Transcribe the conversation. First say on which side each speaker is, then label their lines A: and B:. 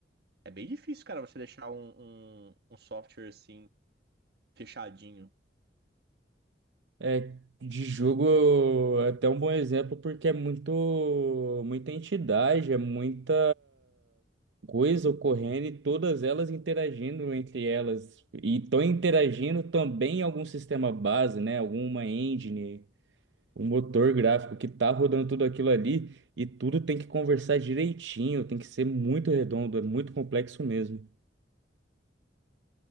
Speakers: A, on the right; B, on the right.
A: É bem difícil, cara, você deixar um, um, um software assim fechadinho.
B: É, de jogo é até um bom exemplo porque é muito, muita entidade, é muita coisa ocorrendo e todas elas interagindo entre elas. E estão interagindo também em algum sistema base, né? Alguma engine. o motor gráfico que tá rodando tudo aquilo ali e tudo tem que conversar direitinho, tem que ser muito redondo, é muito complexo mesmo.